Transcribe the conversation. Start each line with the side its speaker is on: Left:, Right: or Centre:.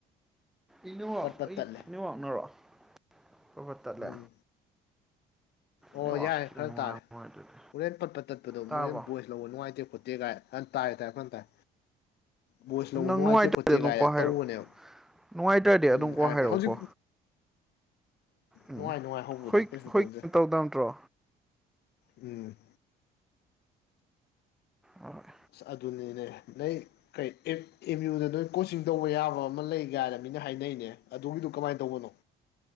Centre: ꯏꯅꯦꯋꯥꯛ
Left: ꯄꯠ ꯄꯠ
Centre: ꯑꯩ
Left: ꯇꯠꯂꯦ
Centre: ꯅ‌ꯦꯋꯥꯛꯅꯔꯣ ꯐꯔꯐꯠ ꯇꯠꯂꯦ
Left: ꯎꯝ ꯑꯣ
Centre: ꯅꯦꯠꯋꯥꯛꯁꯤ
Left: ꯌꯥꯔꯦ
Centre: ꯈꯤꯇꯪ
Left: ꯈꯔ
Centre: ꯅꯨꯡꯉꯥꯏꯔꯝꯃꯣꯏ
Left: ꯇꯥꯔꯦ
Centre: ꯑꯗꯨꯗꯤ
Left: ꯍꯣꯔꯦꯟ ꯄꯠꯄꯠ ꯇꯠꯄꯗꯣ
Centre: ꯇꯥꯔꯕꯣ
Left: ꯃꯣꯏꯅ ꯚꯣꯏꯁ ꯂꯧꯕ ꯅꯨꯡꯉꯥꯏꯇꯦ ꯈꯣꯠꯇꯦ ꯀꯥꯏ ꯍꯟ ꯇꯥꯏ ꯇꯥꯏꯌꯦ ꯐꯅ ꯇꯥꯏ ꯚꯣꯏꯁ ꯂꯧꯕ
Centre: ꯎ <unintelligible> ꯅꯪ
Left: ꯅꯨꯡꯉꯥꯏꯇꯦ
Centre: ꯅꯨꯡꯉꯥꯏꯇꯔꯗꯤ
Left: ꯈꯣꯠꯇꯦ
Centre: ꯑꯗꯨꯝꯀꯣ
Left: ꯀꯥꯏꯅ
Centre: ꯍꯥꯏꯔꯛꯑꯣ
Left: ꯇꯧꯕꯅꯦꯕ
Centre: ꯅꯨꯡꯉꯥꯏꯇꯔꯗꯤ
Left: ꯎꯝ
Centre: ꯑꯗꯨꯝꯀꯣꯛ
Left: ꯍꯥꯏꯔꯛꯀꯦ
Centre: ꯍꯥꯏꯔꯛꯑꯣꯀꯣ
Left: ꯍꯧꯖꯤꯛ
Centre: ꯎꯝ
Left: ꯅꯨꯡꯉꯥꯏ ꯅꯨꯡꯉꯥꯏ ꯍꯧꯕꯗꯤ
Centre: ꯍꯨꯏ
Left: ꯀꯩꯁꯨ
Centre: ꯍꯨꯏ
Left: ꯇꯧꯗꯦ
Centre: ꯀꯩꯝ ꯇꯧꯗꯝ ꯅꯠꯇ꯭ꯔꯣ
Left: ꯎꯝ
Centre: ꯑꯣꯏ
Left: ꯑꯁ ꯑꯗꯨꯅꯤꯅꯦ ꯅꯣꯏ ꯀꯩ ꯑꯦꯝ ꯑꯦꯝꯌꯨꯗꯥ ꯅꯣꯏ ꯀꯣꯆꯤꯡ ꯇꯧꯕ ꯌꯥꯕ ꯑꯃ ꯂꯩ ꯀꯥꯏꯅ ꯃꯤꯅ ꯍꯥꯏꯅꯩꯅꯦ ꯑꯗꯨꯒꯤꯗꯨ ꯀꯃꯥꯏꯟ ꯇꯧꯕꯅꯣ